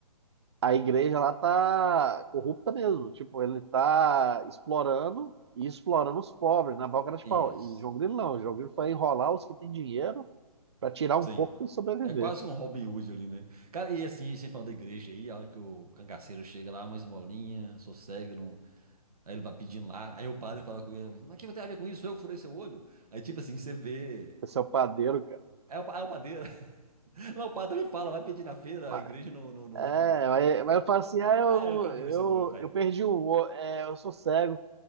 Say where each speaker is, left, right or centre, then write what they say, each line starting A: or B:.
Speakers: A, on the right (about 45°); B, on the right (about 70°).
A: A igreja lá tá corrupta mesmo. Tipo, ele tá explorando e explorando os pobres na maior cara de
B: isso.
A: pau. E João Grilo não. João Grilo foi enrolar os que têm dinheiro para tirar um
B: Sim.
A: pouco para sobreviver.
B: É quase que um Robin Hood ali, né? Cara, e assim, sem falar da igreja aí, a hora que o cangaceiro chega lá, uma esmolinha, sossegue, não... aí ele vai pedindo lá, aí eu paro e falo com ele, mas o que tem a ver com isso? Eu furei seu olho? Aí tipo assim, você vê...
A: Esse é o padeiro, cara.
B: É o, pa- é o padeiro. <laughs> Lá o padre me fala, vai pedir na feira,
A: Mas,
B: a igreja no... no, no...
A: é,
B: <laughs>
A: mas, mas eu falo assim, ah, eu,
B: Ah, é o que eu furei
A: eu,
B: seu olho, pai.
A: eu perdi o olho, é, eu sou cego.